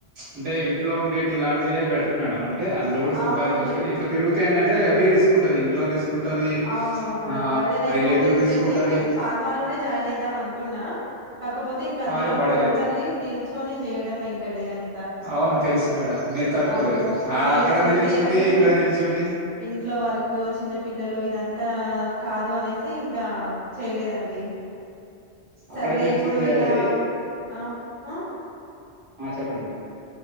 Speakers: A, on the right; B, on the right.
A: అంటే ఇంట్లో ఉండేటి ఇలాంటిదే బెటర్ మేడం అం అంటే అందులో కూడా సంపాదించ
B: అవునండి
A: వచ్చు కాని ఇట్లా తిరుగితే ఎందంటే హెవీ రిస్క్ ఉంటది ఇంట్లో రిస్క్ ఉంటది
B: అవునవును నాకు
A: ఆ
B: బర్డెన్ అయిపోతుంటేనే
A: రిలేటివ్ రిస్క్ ఉంటది
B: ఫార్మాలోనే జా జాయిన్ అయిదాం అనుకున్నా కాకపోతే ఇంక
A: కానీ
B: అందులో
A: బర్డెన్
B: టోటల్లీ
A: అయితది
B: నిల్చొని చేయడం ఇంక డే అం
A: అవును తెలుసు మేడం మీరు తట్టుకోలేరు
B: అమ్మో
A: ఆ
B: నేను
A: అక్కడ
B: అసలు
A: నిల్చుండి
B: నేను అసలు
A: ఇక్కడే నిల్చుండి
B: ఇంట్లో వర్కు చిన్న పిల్లలు ఇదం ఇంతా కాదు అనేసి ఇంకా చేయలేదండి
A: అక్కడ
B: సర్లే
A: నిల్చుని
B: ఇప్పుడు
A: చేయాలి
B: ఇలా ఆ హా
A: ఆ చెప్పండి మేడం